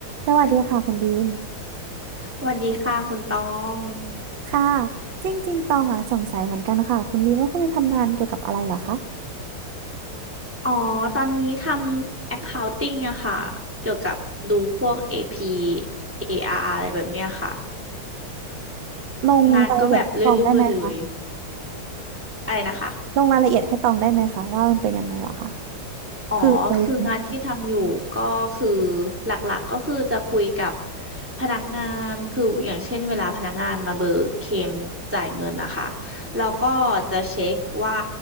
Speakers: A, on the right; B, in the centre.
A: สวัสดีค่ะคุณบีม
B: สวัสดีค่ะคุณตอง
A: ค่ะจริงๆตองอ่ะสงสัยเหมือนกันค่ะคุณบีมว่าคุณบีมทำงานเกี่ยวกับอะไรเหรอคะ
B: อ๋อ ตอนนี้ทำ accounting อะค่ะ เกี่ยวกับดูพวก AP AR ออาร์อะไรแบบเนี้ยค่ะ
A: ลงรายละเอียดให้ตองได้ไหมคะ
B: งานก็แบบเรื่อยๆเลย อะไรนะคะ
A: ลงรายละเอียดให้ตองได้ไหมคะว่ามันเป็นยังไงเหรอคะ
B: อ๋อคืองานที่ทำอยู่ก็คือ
A: คืออะไรยังไงเหรอ
B: หลักๆก็คือจะคุยกับพนักงานคืออย่างเช่นเวลาพนักงานมาเบิกเคลมจ่ายเงินนะคะเราก็จะเช็คว่า